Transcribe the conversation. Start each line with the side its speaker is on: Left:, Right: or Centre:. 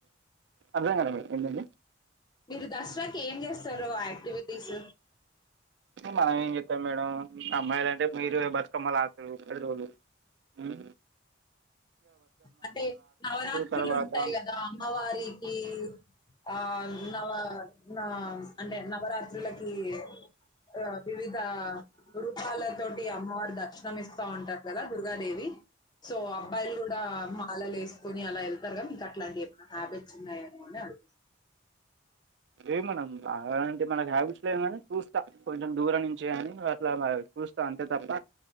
Right: అర్థం కాలే మేడం ఎటండి
Left: మీరు దసరాకి ఏం చేస్తారు యాక్టివిటీస్
Right: మనం ఏం చెత్తాం మేడం అమ్మాయిలు అంటే మీరు బతుకమ్మ లాడతరు పది రోలు మ్
Left: అంటే నవరాత్రులు
Right: తర్వాత
Left: ఉంటాయి కదా అమ్మవారికి ఆ నవ నా అంటే నవరాత్రులకి ఆ వివిద్ రూపాల తోటి అమ్మవారు దర్శనం ఇస్తా ఉంటారు కదా దుర్గాదేవి సో అబ్బాయిలు కూడా మాల లేస్ కొని అలా ఎళ్తారు గ మీకు అట్లాంటివి ఏమైనా హ్యాబిట్స్ ఉన్నాయ ఏమోలిని అడుగుతున్న
Right: ఏ మనం అలాంటి మనకి హ్యాబిట్స్ లేవు కాని చూస్తా కొంచెం దూరం నుంచి గాని అట్లా మ చూస్తా అంతే తప్ప